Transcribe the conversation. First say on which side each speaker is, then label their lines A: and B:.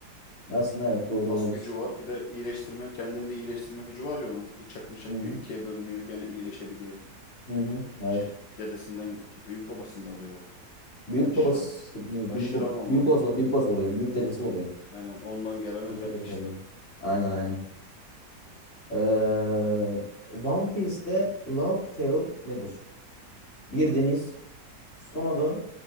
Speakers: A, on the left (about 40°); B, on the left (about 85°).
A: Aslında evet doğru
B: Kas
A: olabilir.
B: gücü var. Bir de iyileştirme, kendini de iyileştirme gücü var ya onun. Bıçak mıçak
A: Hı hı.
B: yiyor, ikiye bölünüyor, gene iyileşebiliyor.
A: Hı hı. Evet.
B: Şey dedesinden büyük babası mı oluyor?
A: Büyük
B: Haşira
A: babası
B: mı? Haşira
A: büyük, bab-
B: mı? ama?
A: büyük babası
B: Ha,
A: oluyor. Büyük babası oluyor. Büyük dedesi oluyor.
B: Aynen ondan gelen özellik
A: Büyük dedesi
B: işte.
A: oluyor. Aynen aynen. Ee, One Piece'te Logtail nedir? Bir deniz, son ada,